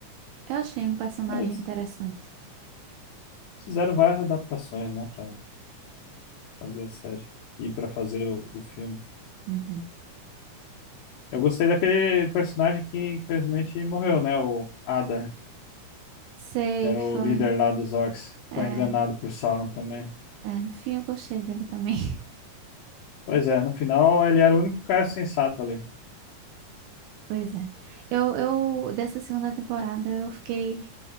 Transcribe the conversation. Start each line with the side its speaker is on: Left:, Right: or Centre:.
Right: Eu achei um personagem
Left: Eles
Right: interessante.
Left: fizeram várias adaptações, né, para fazer a série e para fazer o, o filme.
Right: Uhum.
Left: Eu gostei daquele personagem que infelizmente morreu, né, o Adar,
Right: Sei,
Left: que era
Right: foi.
Left: o líder lá dos orcs.
Right: É,
Left: Foi enganado por Sauron também.
Right: é, no fim eu gostei dele também. <laughs>
Left: Pois é, no final ele era o único cara sensato ali.
Right: Pois é. Eu, eu dessa segunda temporada eu fiquei